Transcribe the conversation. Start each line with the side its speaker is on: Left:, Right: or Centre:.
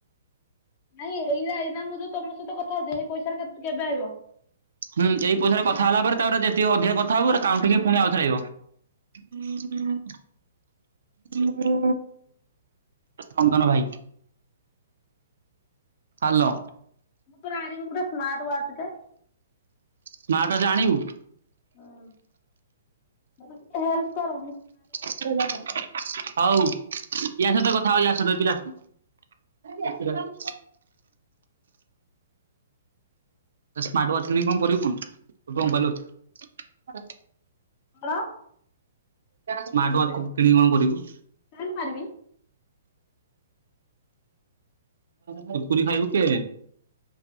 Left: ନାଇଁ, ଏଇା ଏଇନା ମୁଁ ଯୋଉ ତମ ସହିତ କଥା ହଉଥିଲି ଏଇ ପଇସା ଟା କେବେ ଆଇିବ?
Right: ହୁଁ, ଏଇ ପଇସାରେ କଥା ହେଲା ପରେ ତାପରେ ଯେତିକ ଅଧିକ କଥା ହବୁ କାଉଣ୍ଟିଙ୍ଗ ହେଇ ପୁଣି ଆଉ ଥରେ ଆଇବ। ହୁଁ ହୁଁ। ମୋ ଚନ୍ଦନ ଭାଇ। ହାଲୋ।
Left: ତୋର ଆଣିବୁ ଗୋଟେ ସ୍ମାର୍ଟ ୱାଚ ଟେ।
Right: ସ୍ମାର୍ଟ ୱାଚ ଆଣିବୁ?
Left: ହୁଁ ମତେ ଟିକେ ହେଲ୍ପ କର
Right: ସେ ଜତ ହଉ ୟା ସହିତ କଥା ହ ୟା ସହିତ ଏ ପିଲା ସହିତ। ସ୍ମାର୍ଟ ୱାଚ ନେଇକି କଣ କରିବୁ କଣ? ତୋର ତ ମୋବାଇଲ୍ ଅଛି।
Left: କଣ?
Right: ସ୍ମାର୍ଟ ୱାଚ କିଣିକି କଣ କରିବୁ?
Left: ଷ୍ଟାଇଲି ମାରିବି।
Right: କୁରକୁରି ଖାଇବୁ କେ?